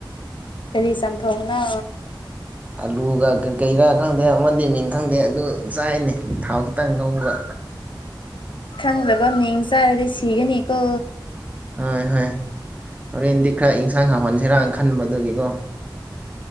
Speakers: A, on the left (about 85°); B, on the right (about 20°).
A: ꯀꯔꯤ ꯆꯝ ꯊꯣꯡꯅꯣ
B: ꯑꯂꯨꯒ ꯀꯩꯔꯤꯀꯩꯔꯥ ꯈꯪꯗꯦ ꯑꯃꯗꯤ ꯃꯤꯡ ꯈꯪꯗꯦ ꯑꯗꯨ ꯆꯥꯏꯅꯦ ꯊꯥꯎ ꯈꯤꯇꯪ ꯉꯧꯕ
A: ꯈꯪꯗꯕ ꯃꯤꯡ ꯆꯥꯔꯗꯤ ꯁꯤꯒꯅꯤꯀꯣ
B: ꯍꯣꯏ ꯍꯣꯏ ꯍꯣꯔꯦꯟꯗꯤ ꯈꯥꯔ ꯏꯟꯁꯥꯡ ꯍꯥꯎꯍꯟꯁꯤꯔꯅ ꯈꯟꯕꯑꯗꯨꯒꯤꯀꯣ